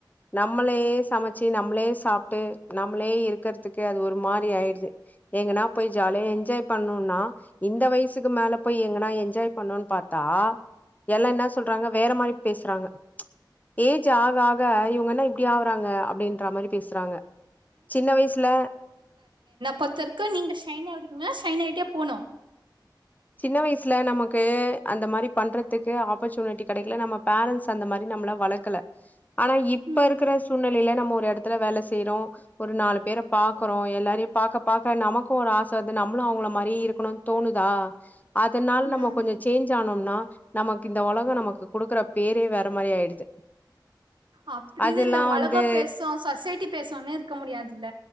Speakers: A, on the left (about 20°); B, on the right (about 85°).
A: நம்மளே சமைச்சு நம்மளே சாப்ட்டு நம்மளே இருக்கிறதுக்கு அது ஒரு மா திரி ஆயிடுது எங்கனா போய் ஜாலியா என்ஜாய் பண்ணும்னா இந்த வயசுக்கு மேல போய் எங்கனா என்ஜாய் பண்ணுன்னு பாத்தா எல்லாம் என்ன சொல்றாங்க வேற மாரி பேசுறாங்க ஏ ஜ் ஆக ஆக இவங்க என்ன இப்டி ஆகறாங்க அப்படின்ற மாரி பேசுறாங்க சின்ன வயசுல
B: பத்தருக்கு நீங்க சைனாகுங்க சைனா ஆகிட்டே போனும்
A: சின்ன வயசுல நமக்கு அந்த மாரி பண்றதுக்கு ஆப்பர்ச்சுனிட்டி கிடைக்கல நம்ம பேரண்ட்ஸ் அந்த மாதிரி நம்மளை வளக்கல ஆனா இப்ப
B: ம்
A: இருக்கிற சூழ்நிலையில நம்ம இடத்துல வேலை செய்யறோம் ஒரு நாலு பேரை பாக்கறோம் எல்லாரையும் பாக்க பாக்க நமக்கும் ஒரு ஆசை வந்து நம்மளும் அவங்கள மாரி இருக்கணும்னு தோணுதா அதனால நம்ம
B: ம்
A: கொஞ்சம் சேஞ்ச் ஆனும் நா நமக்கு இந்த உலக நமக்கு குடுக்குற பேரே வேற மாரி ஆயிடுது
B: அப்டின்னு
A: அதெல்லா
B: இந்த உலகோ
A: வந்து
B: பேசும் சொசைட்டி பேசுனு இருக்க முடியாதுல்ல